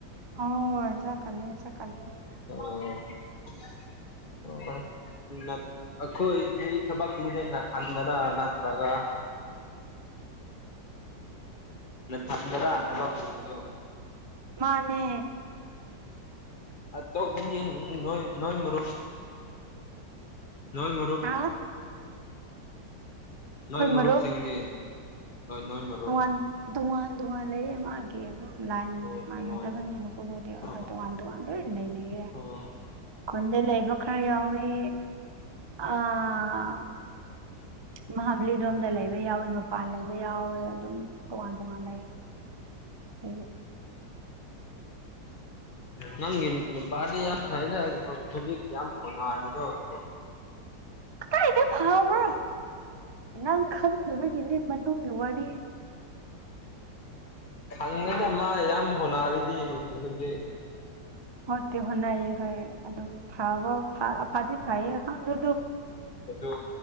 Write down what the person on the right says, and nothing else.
ꯑꯣꯏ ꯆꯛꯀꯅꯤ ꯆꯛꯀꯅꯤ
ꯃꯥꯅꯦ
ꯑꯥ
ꯃꯔꯨꯞ
ꯇꯣꯉꯥꯟ ꯇꯣꯉꯥꯟ ꯇꯣꯉꯥꯟ ꯂꯩꯌꯦ ꯃꯥꯒꯤ ꯑꯗꯨꯝ ꯂꯥꯏꯟ
ꯃꯥꯟꯅꯗꯕꯅꯦꯕꯀꯣ
<unintelligible>
ꯇꯣꯉꯥꯟ ꯇꯣꯉꯥꯟ ꯂꯣꯏꯅ ꯂꯩꯅꯩꯌꯦ
ꯈꯨꯟꯗ ꯂꯩꯕ ꯈ꯭ꯔ ꯌꯥꯎꯏ ꯑꯥ ꯃꯍꯥꯕꯂꯤꯔꯣꯝꯗ
ꯂꯩꯕ ꯌꯥꯎꯋꯤ ꯃꯄꯥꯟ ꯂꯩꯕ ꯌꯥꯎꯋꯦ ꯑꯗꯨꯝ ꯇꯣꯉꯥꯟ- ꯇꯣꯉꯥꯟ ꯂꯩ꯫ <unintelligible>
ꯀꯥꯏꯗꯩ ꯐꯕ꯭ꯔꯣ ꯅꯪ ꯈꯪꯗꯅꯕꯒꯤꯅꯤ ꯃꯅꯨꯡꯒꯤ ꯋꯥꯔꯤ꯫
ꯍꯣꯠꯇꯤ ꯍꯣꯠꯅꯩ ꯍꯣꯏ ꯑꯗꯨꯝ ꯐꯕ ꯐꯗꯤ ꯐꯩꯌꯦ ꯈꯪꯗꯦ